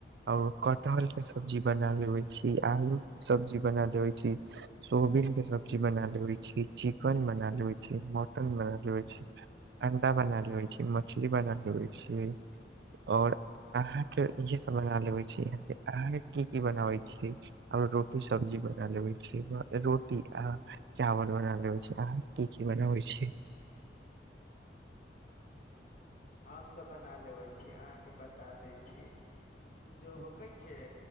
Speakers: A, on the right; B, on the left.
A: और कटहल के सब्जी बना लेबैय छी, आलू सब्जी बना लेवैय छी। सोबीन के सब्जी बना लेेबैय छी, चिकन बना लेबैय छी, मटन बना लेेबैय छी। अंडा बना लेेबैय छी मछली बना लेबैय छी और अहाँके इहे सब बना लेबैय छी, अहाँके की की बनाबे छी। आ रोटी सब्जी बना लेबैय छी, रोटी आ चावल बना लेबैय छी अहाँ की की बनाबै छी।
B: हम त बना लेबैय छी अहाँके बता दै छी। कि उ जो होकै छैय